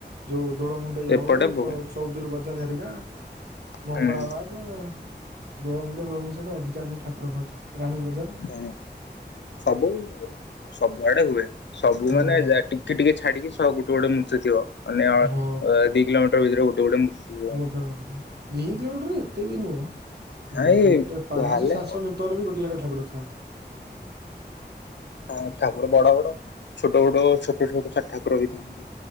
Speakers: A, on the right; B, on the left.
A: ଯୋଉ ଦୋଳମୁଣ୍ଡେଇ
B: ଏପଟେ
A: ହଉ
B: ବ
A: ଯୋଉ
B: ହୁଁ
A: ଚଉଧୁରୀ ବଜାର ହେରିକା ମଙ୍ଗଳାବାଗ
B: ହୁଁ
A: ଦୋଳମୁଣ୍ଡେଇ ଫୋଳ ମୁଣ୍ଡେଇ ସାଇଟ୍ ରେ ଅଧିକା ସବୁ ଠାକୁର ଅଛି, ରାଣୀ ବଜାର।
B: ହଁ ସବୁ ସବୁଆଡେ ହୁଏ। ସବୁ
A: ହୁଁ
B: ମାନେ ଟିକେ ଟିକେ ଛାଡିକି ସବୁ ଗୋଟେ ଗୋଟେ ମୂର୍ତ୍ତି ଥିବ। <unintelligible>
A: ହଁ
B: ଦି କିଲୋମଟର ଭିତରେ ଗୋଟେ ଗୋଟେ ମୂର୍ତ୍ତି ଥିବ
A: <unintelligible>
B: ଏମତି।
A: ଦି କିଲୋମିଟର ଏତେ ବି ନୁହଁ,
B: ନାଇଁ
A: ଗୋଟେ ପାଶହ
B: ଯାହାହେଲେ
A: ସାତଶହ
B: ହଁ
A: ମି ର ବି ଗୋଟେ ନାଖେ ଠାକୁର ଥାନ୍ତି।
B: ହଁ ଠାକୁର ବଡ ବଡ ଛୋଟ ବଟ ଛୋଟ ଛୋଟ ଠାକୁର ବି ଥାଆନ୍ତି।